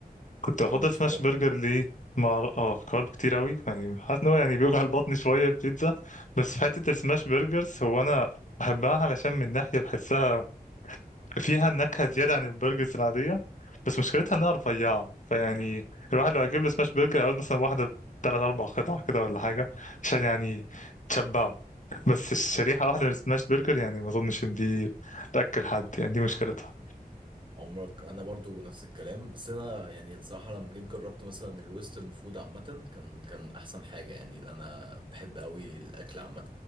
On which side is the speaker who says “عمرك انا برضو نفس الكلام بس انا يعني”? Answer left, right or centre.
Right